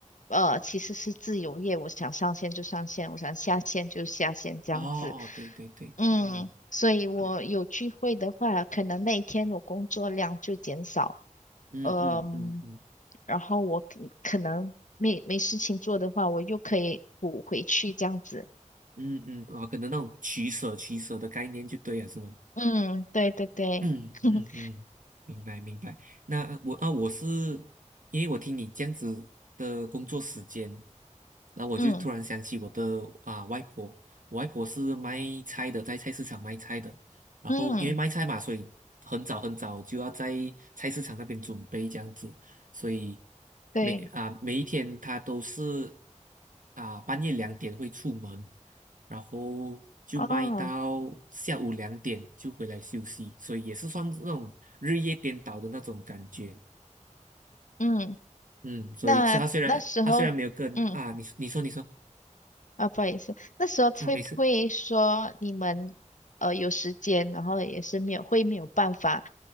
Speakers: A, on the left; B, on the right.
A: 呃，其实是自由业，我想上线就上线，我想下线就下线这样子。
B: 哦哦，对对对，
A: 嗯，
B: 嗯
A: 所以我有聚会的话，
B: 嗯
A: 可能那一天我工作量就减少，
B: 嗯嗯嗯
A: 嗯，然后我可可能没没事情做的话，我又可以补回去这样子。
B: 嗯嗯，哦，可能那种取舍取舍的概念就对了，是吗？
A: 嗯，对对对，
B: 嗯嗯嗯，
A: <laughs>
B: 明白明白。那啊我啊，我是因为我听你这样子的工作时间，那我就突然想起我的啊外婆，
A: 嗯
B: 我外婆是卖菜的，在菜市场卖菜的。然后因为卖菜嘛，
A: 嗯，
B: 所以很早很早就要在菜市场那边准备这样子。所以
A: 对，
B: 每啊每一天他都是啊半夜两点会出门，然后就卖到下午两点就回来休息，
A: 哦，
B: 所以也是算那种日夜颠倒的那种感觉。
A: 嗯，
B: 嗯，所以所以他虽然他虽然没有跟啊，
A: 那那时候。嗯。
B: 你你说你说
A: 啊，不好意思，那时候会不会说你们呃有时间，
B: 啊，没事，
A: 然后也是没有会没有办法